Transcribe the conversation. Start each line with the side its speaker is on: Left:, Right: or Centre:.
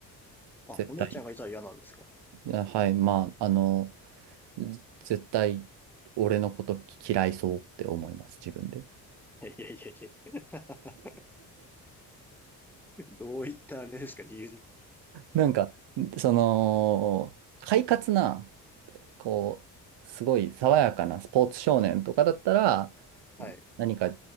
Centre: あ、
Right: 絶対。
Centre: お姉ちゃんがいたら嫌なんですか
Right: えはい、まあ、あの、ぜ絶対俺のこと嫌いそうって思います、自分で。
Centre: いやいやいやいや。<laughs> どういったあれですか理由ですか
Right: なんか、その、快活な、こう、すごい爽やかなスポーツ少年とかだったら、
Centre: はい、
Right: 何か、